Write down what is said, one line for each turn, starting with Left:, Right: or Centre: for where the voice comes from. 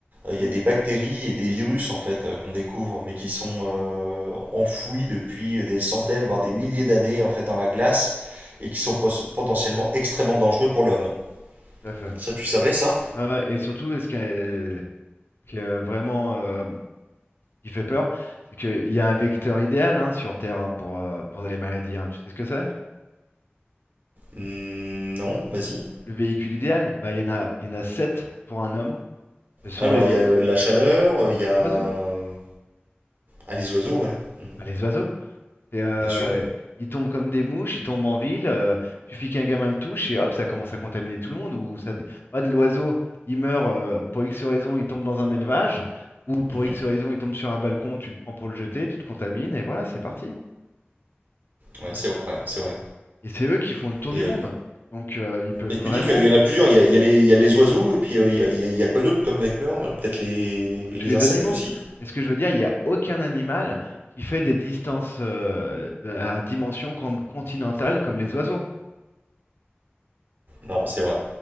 Right: il
Left: Mm,
Right: y a des bactéries et des virus, en fait, euh, qu'on découvre, mais qui sont euh, enfouis depuis des centaines, voire des milliers d'années, en fait, dans la glace, et qui sont pos- potentiellement extrêmement dangereux pour l'homme.
Left: tout à fait.
Right: Ça, tu savais ça?
Left: Ouais, ouais, Et surtout, et ce qui est, ce qui est vraiment euh, qui fait peur, c'est qu'il y a un vecteur idéal hein, sur Terre hein, pour, euh, pour les maladies. hein. Tu sais ce que c'est?
Right: Hmm, Non, vas-y.
Left: Le véhicule idéal, bah, il y en a, il y en a 7 pour un homme. Ce sont
Right: Alors,
Left: les
Right: il y
Left: oiseaux.
Right: a euh, la chaleur, euh, il y a.
Left: Les oiseaux?
Right: euh, Ah, les oiseaux, ouais. Mhm.
Left: Bah, les oiseaux. Et, euh,
Right: Bien sûr.
Left: ils tombent comme des mouches, ils tombent en ville. euh, suffit qu'un gamin le touche et hop, ça commence à contaminer tout le monde. Ou ça, ah, de l'oiseau, il meurt euh, pour X raison, il tombe dans un élevage. Ou pour
Right: Mhm.
Left: X raison, il tombe sur un balcon, tu le prends pour le jeter, tu te contamines et voilà, c'est parti.
Right: Ouais, c'est vrai, c'est vrai.
Left: Et c'est eux qui font le tour
Right: Et,
Left: du
Right: euh,
Left: monde. Donc euh, ils peuvent
Right: et tu
Left: vraiment.
Right: dis qu'il y en a plusieurs. Il y a, il y a les, il y a les oiseaux, et puis euh, il y a, il y a- il y a quoi d'autre comme vecteur? Peut-être les, les
Left: Tous les
Right: insectes
Left: animaux.
Right: aussi?
Left: Mais ce que je veux dire, il n'y a aucun animal qui fait des distances euh, de- à dimension con- continentale comme les oiseaux.
Right: Non, c'est vrai.